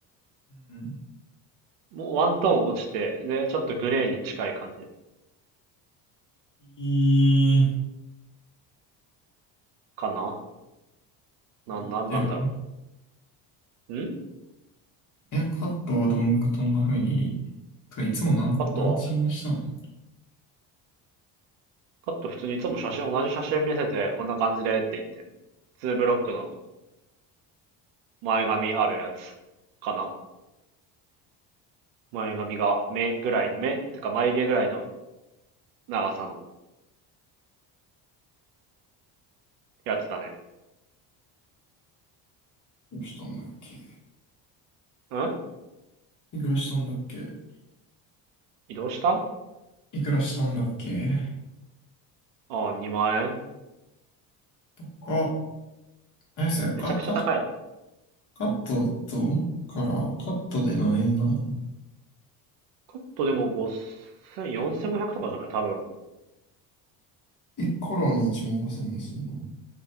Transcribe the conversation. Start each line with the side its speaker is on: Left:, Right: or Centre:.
Left: うん。
Right: もうワントーン落ちて、で、ちょっとグレーに近い感じ
Left: いい、
Right: かな。なん、
Left: 似てる。
Right: なんなんだろう。ん
Left: え、カットはどん、どんな風に、てかいつもなん、
Right: カットは、
Left: 何チームしたの
Right: カット普通にいつも写真、同じ写真見せて、こんな感じでって言って、ツーブロックの前髪あるやつかな。前髪が目ぐらいの目てか眉毛ぐらいの長さのやつだね。
Left: どうしたんだっけ
Right: ん
Left: いくらしたんだっけ
Right: 移動した
Left: いくらしたんだっけ
Right: ああ、2万円。
Left: とか、何ですよ、か、
Right: めちゃくちゃ高い。
Left: か、カットと、から、カットで何円なの
Right: カットでも5千0 0 4500とかじゃない多分。
Left: ?1 カラーに1万5千もすんの。